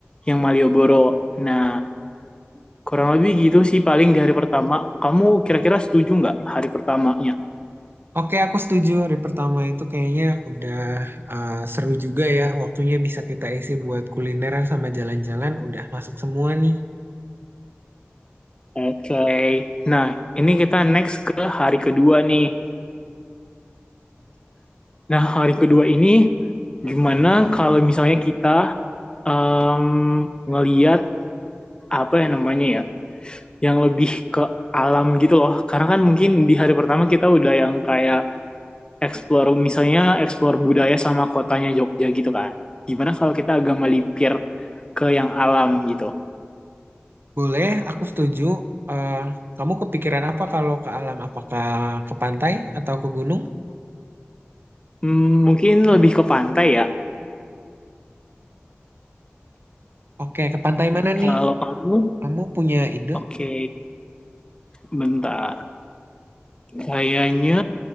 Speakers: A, on the left; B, on the right.
A: yang Malioboro. Nah, kurang lebih gitu sih paling di hari pertama. Kamu kira-kira setuju nggak hari pertamanya?
B: Oke, aku setuju. Hari pertama itu kayaknya udah uh, seru juga ya. Waktunya bisa kita isi buat kulineran sama jalan-jalan. Udah masuk semua nih.
A: Oke. Okay. Nah, ini kita next ke hari kedua nih. Nah, hari kedua ini gimana kalau misalnya kita em ngeliat apa ya namanya ya yang lebih ke alam gitu loh. Karena kan mungkin di hari pertama kita udah yang kayak explore misalnya explore budaya sama kotanya Jogja gitu kan. Gimana kalau kita agak melipir ke yang alam gitu.
B: Boleh, aku setuju. Eh, kamu kepikiran apa kalau ke alam? Apakah ke pantai atau ke gunung?
A: Hmm, mungkin lebih ke pantai ya.
B: Oke, ke pantai mana
A: Kalau
B: nih?
A: kamu,
B: Kamu punya ide?
A: oke, bentar. Kayaknya